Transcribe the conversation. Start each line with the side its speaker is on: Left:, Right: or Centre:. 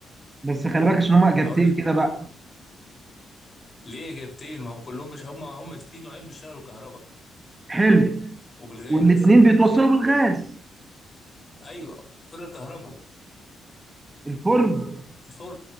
Right: بس خلي بالك عشان هما اجابتين
Left: اقول لك
Right: كده بقى
Left: ليه اجابتين ما هم كلهم بش... هم هم في نوعين بيشتغلوا بالكهرباء
Right: حلو
Left: وبالغاز
Right: والاتنين بيتوصلوا
Left: ايه
Right: بالغاز
Left: ايوه فرن الكهرباء
Right: الفرن
Left: الفرن